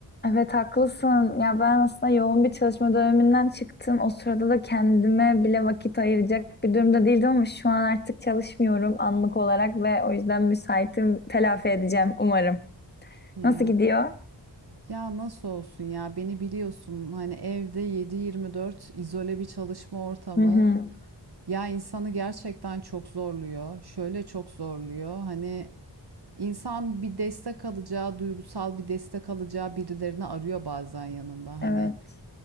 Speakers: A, on the left; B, on the right.
A: Evet haklısın. Ya ben aslında yoğun bir çalışma döneminden çıktım. O sırada da kendime bile vakit ayıracak bir durumda değildim ama şu an artık çalışmıyorum anlık olarak ve o yüzden müsaitim. Telafi edeceğim umarım.
B: Ya.
A: Nasıl gidiyor?
B: Ya nasıl olsun ya? Beni biliyorsun. Hani evde 7-24 izole bir çalışma ortamı.
A: Hı hı.
B: Ya insanı gerçekten çok zorluyor. Şöyle çok zorluyor. Hani İnsan bir destek alacağı, duygusal bir destek alacağı birilerini arıyor bazen yanında.
A: Evet.
B: Hani